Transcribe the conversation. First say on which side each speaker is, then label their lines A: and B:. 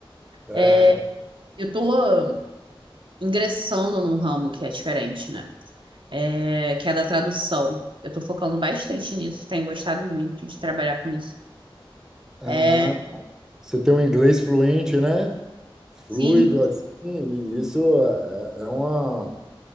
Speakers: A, in the centre; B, on the right.
A: É.
B: É, Eu estou ingressando num ramo que é diferente, né? É, que é da tradução. Eu estou focando bastante nisso, tenho gostado muito de trabalhar com isso.
A: Ah,
B: É,
A: você tem um inglês fluente, né? fluido
B: sim,
A: assim, e isso é, é é uma,